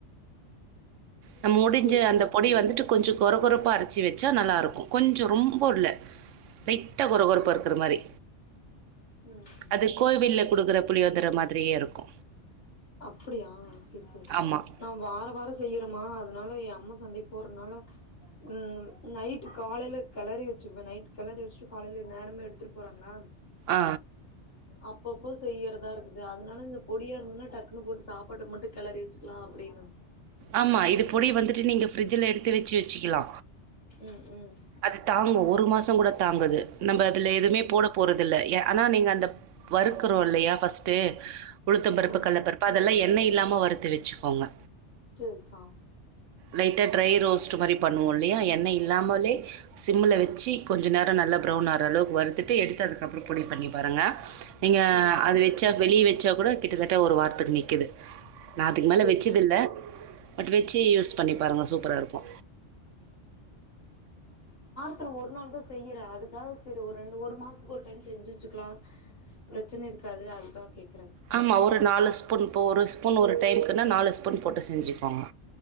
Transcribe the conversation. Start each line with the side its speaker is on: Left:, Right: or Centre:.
Right: நம்ம முடிஞ்ச
Left: செரிக்கா
Right: அந்த பொடி வந்துட்டு கொஞ்ச கொர கொரப்பா அரைச்சி வச்சா நல்லா இருக்கு கொஞ்சோ ரொம்ப இல்ல லைட்டா கொர கொரப்பா இருக்கற மாரி
Left: ம் ம்
Right: அது கோவில்ல குடுக்கற புளியோதர மாதிரியே இருக்கு
Left: அப்டியா சேரி சேரி
Right: ஆமாம்
Left: நா வாராவாரம் செய்றமா அதனால எ அம்மா சந்தைக் போறனால ம் நைட்டு காலைல கெளறி வச்சுக்குவே நைட் கெளறி வச்சுட்டு காலைல நேரமே எடுத்துட்டு போறாங்களா
Right: ஆ
Left: அப்பப்போ செய்யறதா இருக்குது அதனால இந்த பொடியா இருந்துதுனா டக்குன்னு போட்டு சாப்பாட்டுக்கு மட்டு கெளறி வச்சுக்கலா அப்டின்னு
Right: ஆமா இது பொடி வந்துட்டு நீங்க ப்ரிட்ஜ்ல எடுத்து வச்சி வச்சிக்கலா
Left: ம் ம்
Right: அது தாங்கு ஒரு மாசம் கூட தாங்குது நம்ப அதுல எதுமே
Left: செரி
Right: போட போறதில்ல ஏ ஆனா நீங்க அந்த வறுக்குறோ இல்லையா ஃபஸ்ட்டு உளுத்தம் பருப்பு
Left: ம்
Right: கல்ல பருப்பு அதெல்லா எண்ணெய் இல்லாம வறுத்து வெச்சுக்கோங்க
Left: சேரிக்கா
Right: லைட்டா ட்ரை ரோஸ்ட்டு மாரி பண்ணுவோ இல்லையா எண்ணெ இல்லாமலே சிம்மல வச்சி கொஞ்ச நேரம் நல்லா பிரவுன் ஆவற அளவுக்கு வறுத்துட்டு எடுத்து அதுக்கப்பறோ பொடி பண்ணி பாருங்க நீங்க
Left: ம்
Right: அது வெச்சா வெளியே வச்சா கூட கிட்டத்தட்ட ஒரு வாரத்துக்கு நிக்கிது நா அதுக்கு மேல
Left: செரிக்கா
Right: வெச்சது இல்ல பட் வெச்சி யூஸ் பண்ணி பாருங்க சூப்பரா இருக்கு
Left: த்துல ஒரு நாள்தா செய்யறே அதுக்காக சேரி ஒரு ரெண்டு ஒரு மாசத்துக்கு ஒரு டைம் செஞ்சி வச்சுக்கலா பிரச்சன இருக்காது அதுக்காக கேக்
Right: ஆமா ஒரு நாலு ஸ்பூன் இப்ப ஒரு ஸ்பூன் ஒரு டைம்க்னா நாலு ஸ் பொடி போட்டு செஞ்சுக்கோங்க